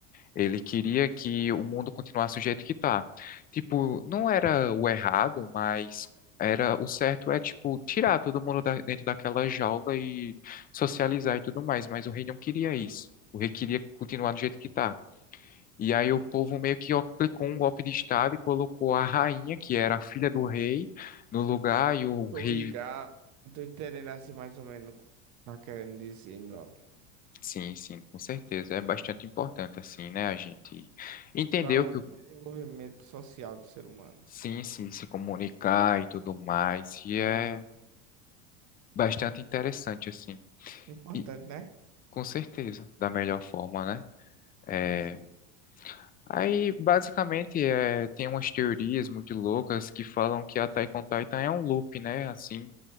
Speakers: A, on the left; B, on the right.
A: Ele queria que o mundo continuasse do jeito que tá. Tipo, não era o errado, mas era o certo é, tipo, tirar todo mundo da- dentro daquela jaula e socializar e tudo mais. Mas o rei não queria isso. O rei queria continuar do jeito que tá. E aí o povo meio que aplicou um golpe de estado e colocou a rainha, que era a filha do rei, no lugar e o
B: Tô
A: rei.
B: ligado. Tô entendendo assim mais ou menos o que tá querendo dizer, meu amigo.
A: Sim, sim, com certeza. É bastante importante, assim, né? A gente entendeu
B: Para o
A: que
B: desenvolvimento social do ser humano.
A: Sim, sim, se comunicar e tudo mais. E é
B: Aham.
A: bastante interessante, assim.
B: Importante,
A: E
B: né?
A: com certeza, da melhor forma, né? É...
B: Sim, sim.
A: Aí, basicamente, é... tem umas teorias muito loucas que falam que a Taekwondo Titan é um loop, né? Assim,